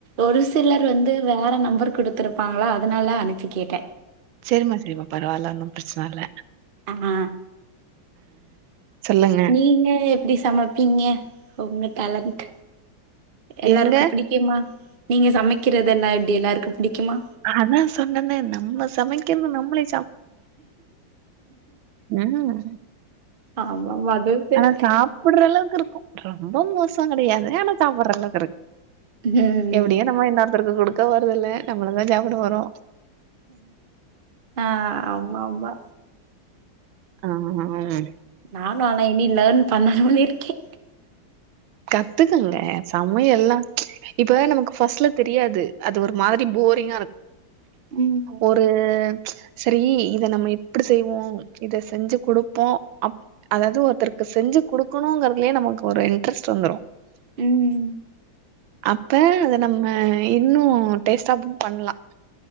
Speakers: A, on the right (about 65°); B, on the right (about 80°).
A: ஒரு சிலர் வந்து வேற நம்பர் குடுத்துருப்பாங்களா அதனால அனுப்பி கேட்டே
B: செரிமா செரிமா பரவால்ல ஒன்னும் பிரச்சன இல்ல
A: ஹா
B: சொல்லுங்க
A: நீங்க எப்டி சமப்பீங்க உங்க டேலண்ட் எல்லாருக்கு
B: எங்க
A: புடி குமா நீங்க சமைக்கிறதெல்லா எப்டி எல்லாருக்கு புடிக்குமா
B: ஆதா சொன்னனே நம்ம சமைக்கிறது நம்ளே ம்
A: ஆமாமா அதுவு சரி
B: ஆனா சாப்புட்ற அளவுக்கு இருக்கு ரொம்ப மோசோ கெடையாது ஆன சாப்புட்ற அளவுகு இருக்கு
A: ம்
B: எப்டியோ நம்ம இன்னொருத்தக்கு குடுக் கபோரதில்ல நம்ளதா சாப்பிட போறோ
A: ஆ ஆமா ஆமா
B: ஆ ம்
A: நானு ஆனா இனி லேர்ன் பண்ணுன்னு இருக்கே
B: கத்துக்குங்க சமையல்லா இப்ப நமக்கு ஃபர்ஸ்ட்ல தெரியாது அது ஒரு மாதிரி போரிங்காருக்
A: ம்
B: ஒரு சரி இத நம்ம எப்டி செய்வோ இத செஞ்சு கொடுப்போ அப் அதாவது ஒருத்தருக்கு செஞ்சு கொடுக்கணுங்கறதுலயே நமக்கு ஒரு இன்ட்ரெஸ்ட் வந்துரு
A: ம் ம்
B: அப்ப அத நம்ம இன்னு டேஸ்டாவும் பண்லா